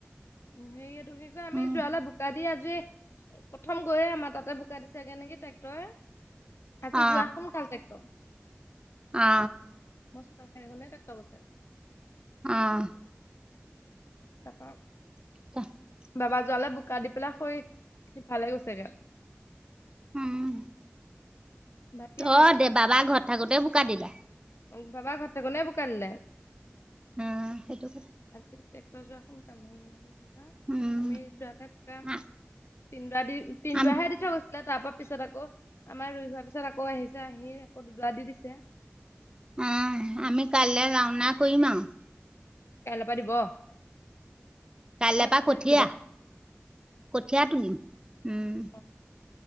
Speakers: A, on the left (about 75°); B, on the right (about 20°).
A: উমঁ' সেই এইটো কি কয় আমি
B: উম
A: যোৱালা বোকা দি আজি প্ৰথম গৈয়ে আমাৰ তাতে বোকা দিছেগে নেকি ট্ৰেক্টই। আজি
B: অ
A: যোৱা সোনকাল টেক্টৰ,
B: অ
A: মস্ত <unintelligible> টেক্টৰ গৈছে।
B: অঁ।
A: তাপা
B: <inaudible>
A: বাবা যোৱালে বোকা দি পেলাই সৌ সিফালে গৈছে গে। <inaudible>
B: উম!
A: ভাত কিহে খালে?
B: অঁ দে বাবা ঘৰত থাকোতে বোকা দিলে। <unintelligible>
A: অঁ! বাবা ঘৰত থাকোতেই বোকা দিলে? <inaudible>
B: উম! সেইটো কথা <inaudible>
A: আজি ট্ৰেক্টৰ যোৱা সোনকাল হ'ল কিবা
B: উম
A: আমি যোৱাটা পাম
B: আ-
A: <unintelligible> তিন‌দৰা দি তিনদৰাহে‌
B: আমি
A: দি থৈ গৈছে। <inaudible> তাৰ পৰা পিছত আকৌ আমাৰ ৰুই হোৱাৰ পিছত আকৌ আহিছে আহি আকৌ দুৱা দি দিছে <unintelligible>
B: অঁ! আমি কাইলৈ ৰাওনা কৰিম আৰু। <inaudible>
A: কাইলৈ পৰা দিব <inaudible>
B: কাইলৈ
A: নে
B: পৰা কঠীয়া।
A: তুলিব
B: কঠীয়া তুলিম উম! <unintelligible>
A: অ